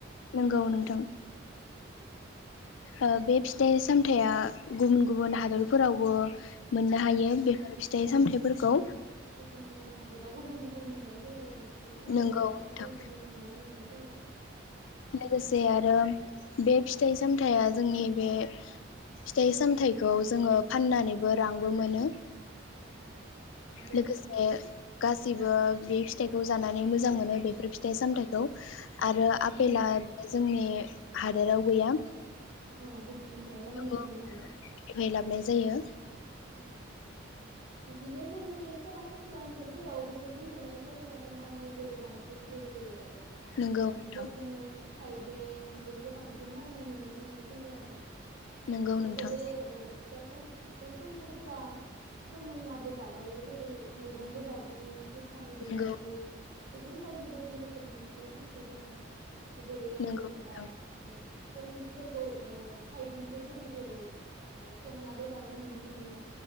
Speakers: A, on the left; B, on the right.
A: नंगौ नोंथां ओ- बे फिथाइ-सामथाइआ गुबुन-गुबुन हादरफोरावबो। मोननो हायो बेफोर फिथा फिथाइ-सामथाइफोरखौ।
B: गुबुन-गुबुन हादोराव गुबुन-गुबुन मोननाय जायो आरो फिथाइ-सामथाइखौबो
A: नंगौ नोंथां
B: गुबुन-गुबुन नुनाय मोननाय जायो। उम
A: लोगोसे आरो बे फिथाइ-सामथाइया जोंनि बे फिथाइ-सामथाइखौ जोङो फाननानैबो रांबो मोनो।
B: औ औ नंगौ
A: लोगोसे गासैबो बे फिथाइखौ जानानै मोजां मोनो बेफोर फिथाइ-सामथाइखौ। आरो आपेला
B: औ
A: भि जोंनि हादोराव गैया।
B: औ गुबुननिफ्राय
A: गुबुननिफ्राय
B: लाबोनाय जायो आरो
A: लाबोनाय जायो
B: औ बिदिनो जोंनि सरासनस्रा ओनसोलफोराव बेफोरखौ नुनाय जायो आरो मावनाय जायो बांसिन जेरै
A: नंगौ
B: ओ
A: नोंथां
B: तरमुस थाइबें बेफोरखौ बांसिन मावनाय नुनाय मोननाय जायो आरो
A: नंगौ
B: बेफोरो
A: नोंथां
B: ओ फिथाइ उम फिथाइ-सामथाइफोरा फोमोनाबो जाजायो जेरै मैगंबो जाजायो गोथाङैबो
A: नंगौ
B: जाजायो गुबुन बायदि बायदि रोखो रोखोमनि फिथाइ-सामथाइ दं आरो जेरै
A: नंगौ
B: जोङो
A: नोंथां
B: दा औ तरमुसफोरखौ ओ थाइबेंखौ जोङो जेरै ओ संनाबो जानाय नुनो मोनो